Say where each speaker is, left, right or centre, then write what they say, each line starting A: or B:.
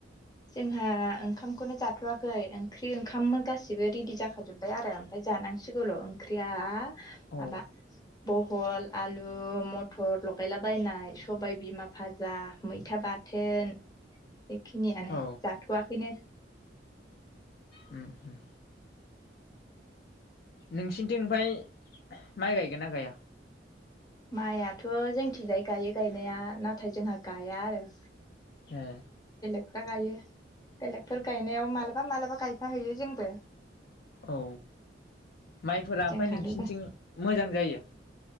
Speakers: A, on the left; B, on the left.
A: जोंहा ओंखामखौनो जाथ'वाखै। ओंख्रि ओंखाममोन गासिबो रेडि जाखाजोब्बाय आरो ओमफ्राय जानांसिगौल' ओंख्रिया माबा
B: औ।
A: बहल, आलु, मथर लगायलाबायनाय सबाय बिमा फाजा, मैथा बा थोन बेखिनियानो
B: औ
A: जाथ'आाखैनो।
B: उम उम। नोंसिनिथिं ओमफ्राय माइ गायगोन ना गाया?
A: माइयाथ' जोंथिंजाय गायो गायनाया नाथाय जोंहा गाया आरो।
B: ए
A: दा गायो बेलेगफोर गायनायाव मालाबा मालाबा गायफा‌ हैैयो जोंबो।
B: औ माइफोरा
A: जोंहाल'
B: ओमफाय नोंसिनिथिं
A: गासै
B: मोजां जायो?